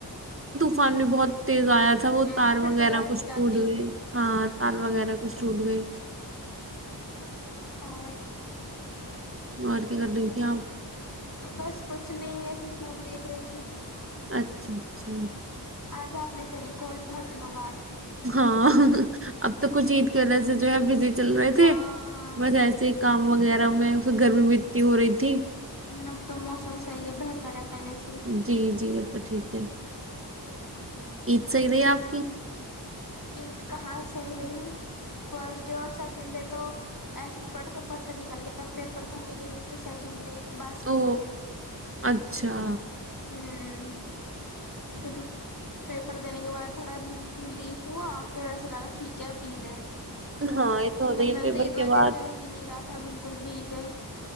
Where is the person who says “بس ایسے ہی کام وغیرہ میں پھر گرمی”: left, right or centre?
Right